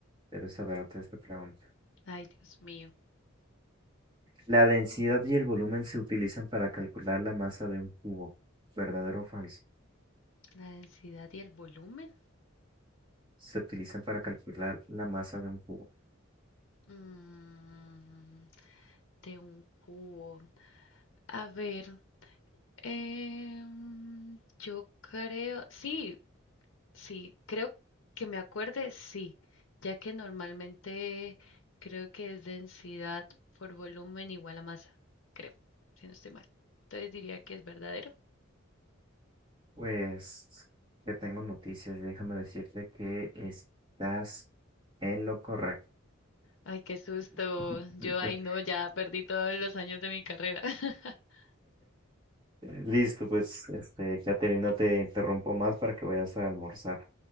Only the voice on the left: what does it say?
Ay, Dios mío.
La densidad y el volumen.
Mm, de un cubo. A ver. Em, yo creo, sí, sí, creo que me acuerde, sí, ya que normalmente creo que es densidad por volumen igual a masa, creo, si no estoy mal. Entonces diría que es verdadero.
Ay, qué susto.
Yo, ay, no, ya perdí todos los años de mi carrera. <laughs>